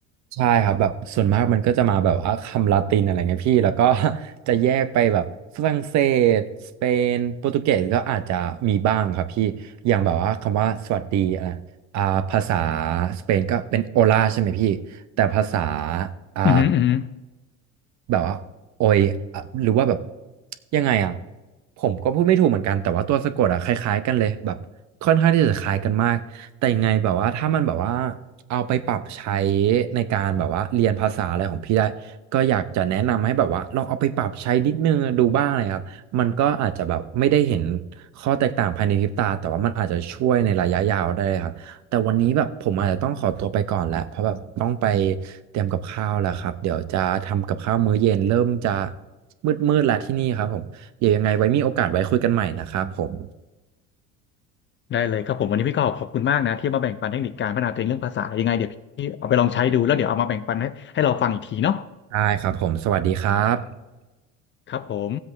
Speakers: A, on the right; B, on the left.
A: ใช่ครับแบบส่วนมากมันก็จะมาแบบว่าคำลาตินอะไรเงี้ยพี่แล้วก็ <laughs> จะแยกไปแบบฝรั่งเศสสเปนโปรตุเกสก็อาจจะมีบ้างครับพี่อย่างแบบว่าคำว่าสวัสดีอะไรอ่าภาษาสเปนก็เป็นโอลาใช่ไหมพี่แต่ภาษาอ่า
B: อือหืออือหือ
A: แบบว่าโอยอ่ะหรือว่าแบบยังไงอ่ะผมก็พูดไม่ถูกเหมือนกันแต่ว่าตัวสะกดอ่ะคล้ายๆกันเลยแบบค่อนข้างที่จะคล้ายกันมากแต่ยังไงแบบว่าถ้ามันแบบว่าเอาไปปรับใช้ในการแบบว่าเรียนภาษาอะไรของพี่ได้ก็อยากจะแนะนำให้แบบว่าลองเอาไปปรับใช้นิดนึงดูบ้างนะครับมันก็อาจจะแบบไม่ได้เห็นข้อแตกต่างภายในพริบตาแต่ว่ามันอาจจะช่วยในระยะยาวได้ครับ แต่วันนี้แบบผมอาจจะต้องขอตัวไปก่อนแล้วเพราะแบบต้องไปเตรียมกับข้าวแล้วครับเดี๋ยวจะทำกับข้าวมื้อเย็นเริ่มจะมืดๆแล้วที่นี่ครับผมเดี๋ยวยังไงไว้มีโอกาสไว้คุยกันใหม่นะครับผม
B: ได้เลยครับผมวันนี้พี่ก็ขอบคุณมากนะที่มาแบ่งปันเทคนิคการพัฒนาตัวเองเรื่องภาษายังไงเดี๋ยวพี่เอาไปลองใช้ดูแล้วเดี๋ยวเอามาแบ่งปันให้ให้เราฟังอีกทีเนาะ
A: ได้ครับผมสวัสดีครับ
B: ครับผม